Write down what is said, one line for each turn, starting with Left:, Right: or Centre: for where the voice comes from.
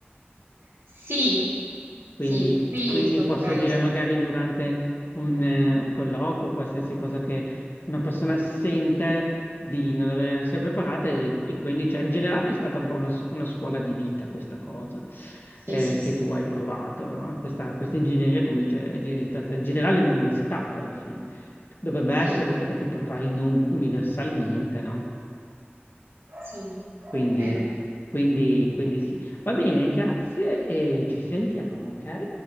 Right: Sì,
Left: Quindi,
Right: sì, qui
Left: quindi
Right: su Outlier,
Left: può servire
Right: sì.
Left: magari durante un, eh, un colloquio, qualsiasi cosa che una persona sente di non avere- essere preparata e, e quindi cioè, in generale è stata un po' una, s- una scuola di vita questa cosa
Right: Sì,
Left: eh,
Right: sì,
Left: che
Right: sì,
Left: tu hai provato, no? Questa, questa ingegneria comincia, è diventata in generale l'università poi alla fine. Dovrebbe
Right: sì,
Left: esserlo perché ti prepari in un- universalmente, no?
Right: sì,
Left: Quindi,
Right: è vero,
Left: quindi, quindi sì. Va bene, grazie e ci sentiamo, ok?